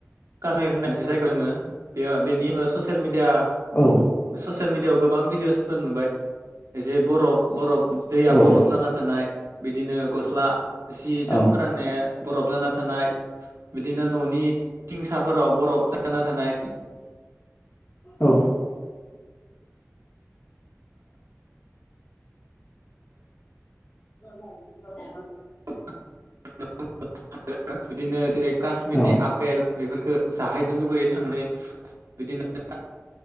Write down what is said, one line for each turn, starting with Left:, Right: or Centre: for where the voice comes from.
Right: कासमिर होन्नाय मोनसे जायगा दोङो बेयाव बेनि आङो ससियेल मिडिया
Left: औ
Right: ससियेल मिडयाव गोबां भिडिअ'सफोर नुबाय जे बरफ बरफ दैया
Left: औ
Right: बरफ जाना थानाय। बिदिनो गस्ला जि जोम
Left: औ
Right: फोराननाया बरफ जाना थानाय बिदिनो नो न'नि तिंसाफोराव बरफ जाना थानाय
Left: औ। <unintelligible>
Right: <unintelligible> बिदिनोे जेरै काश्मिरनि
Left: औ
Right: आपेल बेफोरफोरखो जाहैनो लुगैयो। थांलाय बिदिनो